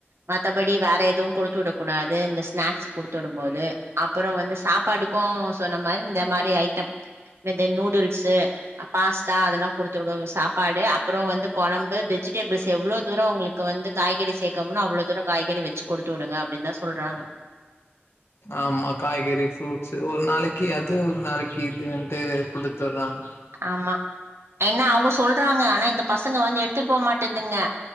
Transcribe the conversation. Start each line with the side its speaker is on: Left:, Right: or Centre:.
Right: மத்தபடி வேற எதுவு குடுத்து உடக்கூடாத் வே இந்த ஸ்நேக்ஸ் குடுத்துஉடு போது அப்பரொ வந்து சாப்பாடுக்கு சொன்ன மார் இந்த மாரி ஐட்டம் மெதெ நூடுல்ஸு பாஸ்டா அதெல்லா குடுத்துருங்கவ் சாப்பாடு அப்றோ வந்து கொழம்பு வெஜிடேபிள்ஸ் எவ்ளோ தூர ஒங்ளுக்கு வந்து காய்கறி சேக்கமுன் அவ்ளோ தூர காய்கறி வெச்சு குடுத்து உடுங்க அப்டின்த சொல்றாங்க
Left: ஆமா காய்கறி ஃப்ரூட்ஸ் ஒரு நாளக்கி அது ஒரு நாளக்கி இதுன்ட்டு குடுத்தற்றாங்
Right: ஆமா என்ன அவுங்க சொல்றாங்க அனா இந்த பசங்க வந்து எடுத்துட் போமாட்டேந்துங்க